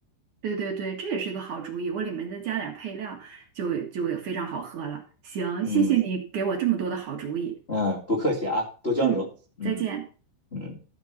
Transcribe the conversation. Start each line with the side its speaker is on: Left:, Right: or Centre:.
Right: 对对对，这也是一个好主意，我里面再加点儿配料，就就非常好喝了。行，
Left: 嗯
Right: 谢谢你给我这么多的好主意。
Left: 嗯，不客气啊，多交流。
Right: 嗯，
Left: 嗯。
Right: 再见。
Left: 嗯，